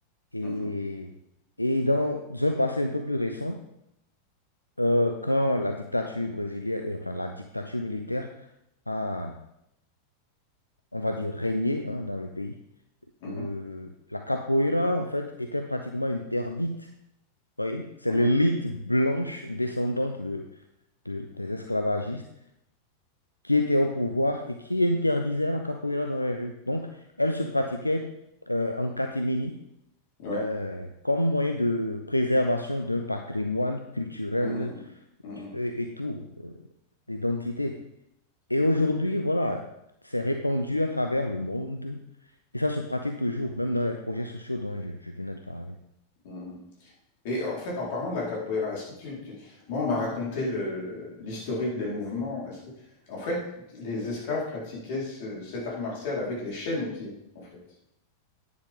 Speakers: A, on the left (about 85°); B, on the left (about 50°).
A: Et,
B: Mmh mh.
A: et dans un passé un peu plus récent, euh, quand la dictature brésilienne, euh, enfin, la dictature militaire a, on va dire, régné hein, dans le pays,
B: Mmh
A: euh,
B: mh.
A: la capoeira, en fait, était pratiquement interdite. vous voyez C'est
B: Mmh
A: l'élite blanche descendante de, de- des esclavagistes qui était au pouvoir et qui interdisait la capoeira dans les rues. Donc, elle se pratiquait euh, en catimini
B: Ouais.
A: euh, comme moyen de préservation d'un patrimoine culturel
B: Mmh, mmh, mmh. Mmh, mmh,
A: et, et tout, euh, l'identité. Et aujourd'hui,
B: mmh, mmh,
A: voilà, c'est répandu à travers le monde. Et ça se pratique toujours, même dans les projets sociaux dont je je venais de parler.
B: mmh. mmh, mmh. Et en fait, en parlant de la capoeira, est-ce que tu, tu- Moi, on m'a raconté le, le- l'historique des mouvements. Est-ce que... En fait, les esclaves pratiquaient ce- cet art martial avec les chaînes aux pieds, en fait.